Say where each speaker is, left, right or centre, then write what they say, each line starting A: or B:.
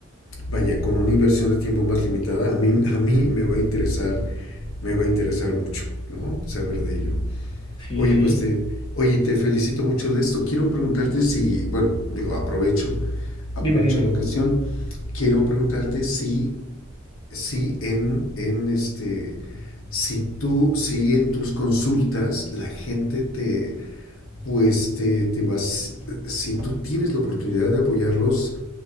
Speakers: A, on the left (about 85°); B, on the left (about 25°).
A: vaya, con una inversión de tiempo más limitada, a mí, a mí me va a interesar, me va a interesar mucho, ¿no? Saber de ello.
B: sí,
A: Oye,
B: sí,
A: pues te, oye, te felicito mucho de esto. Quiero preguntarte si, bueno, digo, aprovecho, aprovecho
B: dime, dime.
A: la ocasión. Quiero preguntarte si, si en, en este, si tú, si en tus consultas la gente te, pues te, te vas, si si tú tienes la oportunidad de apoyarlos,